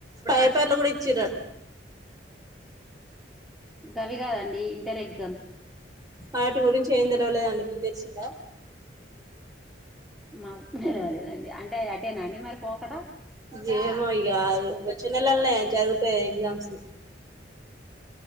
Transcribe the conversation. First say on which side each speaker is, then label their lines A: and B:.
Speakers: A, on the right (about 20°); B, in the centre.
A: పైపర్లు గూడా ఇచ్చర
B: గవి గాదండి ఇంటర్ ఎగ్జామ్స్
A: వాటి గురించి ఏం తెలవలేదండి మీకు దేలిసిందా
B: మాకు తెలవాలేదండి అంటే అటేనా అండి మరి పోకడా
A: ఏ ఏమో ఇగా వచ్చే నెలలనే జరుగుతాయ్ ఎగ్జామ్స్